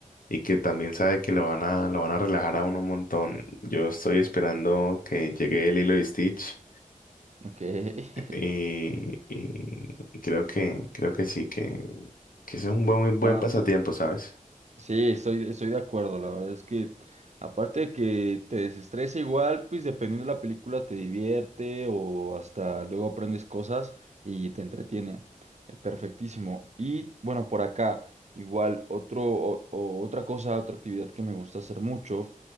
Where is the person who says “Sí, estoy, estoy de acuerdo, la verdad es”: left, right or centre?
Right